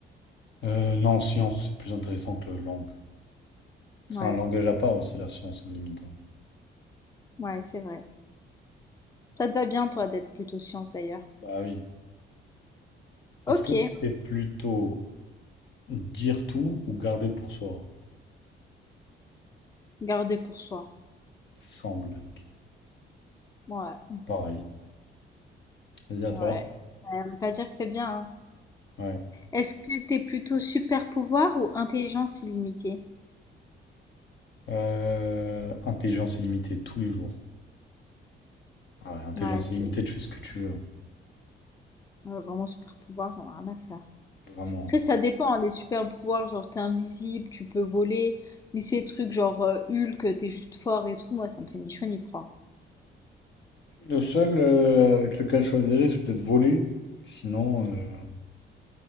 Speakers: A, on the left; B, on the left.
A: Euh, non, science, c'est plus intéressant que langue. C'est
B: Ouais,
A: un langage à part aussi, la science, en limitant.
B: ouais, c'est vrai. Ça te va bien, toi, d'être plutôt science d'ailleurs.
A: Bah oui.
B: Ok,
A: Est-ce que t'es plutôt dire tout ou garder pour soi?
B: garder pour soi.
A: Sans blague.
B: Ouais,
A: Pareil. Vas-y, à
B: ouais.
A: toi.
B: Ça veut pas dire que c'est bien. hein.
A: Ouais.
B: Est-ce que t'es plutôt super pouvoir ou intelligence illimitée?
A: Euh, intelligence illimitée, tous les jours. Ah ouais, intelligence
B: Ouais, c'est
A: illimitée, tu fais ce que tu veux. hein.
B: ouais, vraiment super pouvoir, j'en ai rien à faire.
A: Vraiment.
B: Après, ça dépend, hein, les super pouvoirs, genre t'es invisible, tu peux voler, mais ces trucs genre euh, Hulk, t'es juste fort et tout, moi ça me fait ni chaud ni froid.
A: Le seul euh, avec lequel je choisirais, c'est peut-être voler. Sinon, euh,